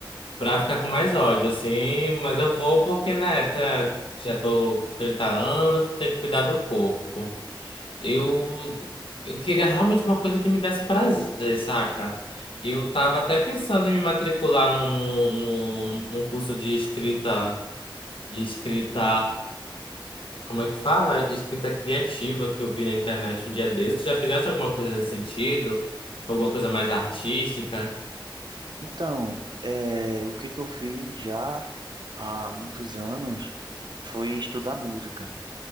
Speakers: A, on the left; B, on the right.
A: pra ficar com mais ódio, assim, mas eu vou porque, né, tá- já tô com 30 anos, tenho que cuidar do corpo. Eu, eu queria realmente uma coisa que me desse prazer, saca? Eu tava até pensando em me matricular num no, no, no, num curso de escrita, de escrita, como é que fala? Escrita criativa que eu vi na internet um dia desses. Já fizeste alguma coisa nesse sentido? Alguma coisa mais artística?
B: Então, eh, o que que eu fiz já? há muitos anos foi estudar música.